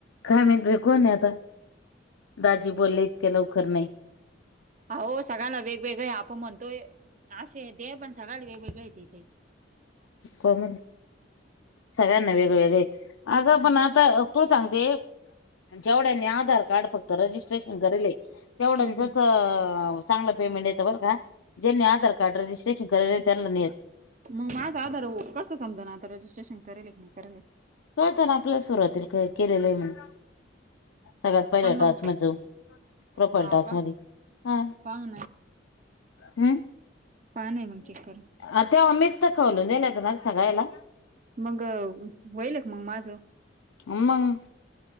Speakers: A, on the left; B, on the right.
A: काय म्हईत बाई कोण हे आता दाजी बोलले इतके लवकर नाही
B: आओ सगळ्यांला वेगवेगळे आहे आपण म्हणतोय अस हाय ते पण सगळ्याला वेगवेगळे हाय
A: कोमल सगळ्यांना वेगवेगळे हाय ती अगं
B: हा
A: पण
B: मग
A: आता तू सांगते जेवढ्यांनी आधार कार्ड फक्त रजिस्ट्रेशन करेले तेवढ्यांचच
B: हम् हम्
A: चांगला पेमेंट येतं बरं का ज्यांनी आधार कार्ड रजिस्ट्रेशन करल नाही त्यांना नाही येत
B: मग माझा आधार कस समजा ना आता रजिस्ट्रेशन करलेय की नाही करलेय
A: कळत ना आपल्या सुरुवाती क केलेलं आहे म्हणून सगळ्यात पहिल्या
B: पण मग
A: टास्क मध्ये जाऊन प्रोफाइल
B: हाव
A: टास्क
B: का
A: मधी ह.
B: पाहू
A: हम
B: पहा ना मग चेक करून
A: अ तेव्हा मीच त खोलून दिले होत ना सगळ्याला
B: मग व्हायलय का मग माझं
A: मंग